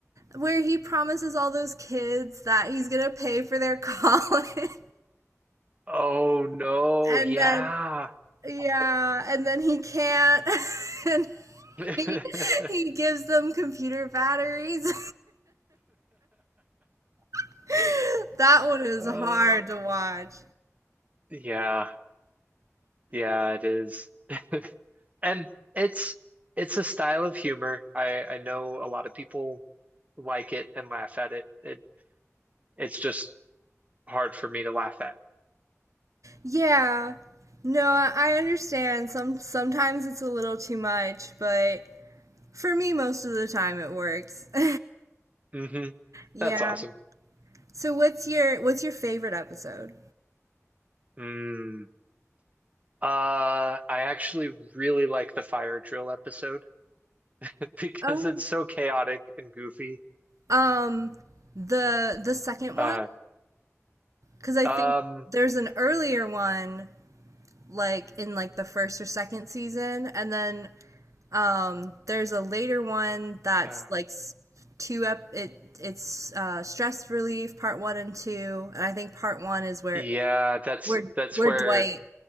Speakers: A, on the right; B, on the right.
A: where he promises all those kids that he's gonna pay for their college,
B: Oh no,
A: <laughs> and
B: yeah.
A: then yeah, and then he can't, <laughs> and
B: <laughs>
A: he he gives them computer batteries. <laughs> that one is
B: Oh,
A: hard to watch.
B: yeah, yeah, it is. <laughs> And it's it's a style of humor. I I know a lot of people like it and laugh at it. It it's just hard for me to laugh at.
A: Yeah. No, I I understand. Some sometimes it's a little too much, but for me most of the time it works. <laughs>
B: hmm
A: Yeah.
B: That's awesome.
A: So what's your what's your favorite episode?
B: Mm. Uh, I actually really like the fire drill episode <laughs> because
A: Oh.
B: it's so chaotic and goofy.
A: Um, the the second one?
B: Uh,
A: 'Cause I
B: um,
A: think there's an earlier one like in like the first or second season and then Um, there's a later one that's
B: uh,
A: like s- two up. It it's uh, stress relief part one and two, and I think part one is where
B: Yeah, that's
A: where
B: that's
A: where
B: where
A: Dwight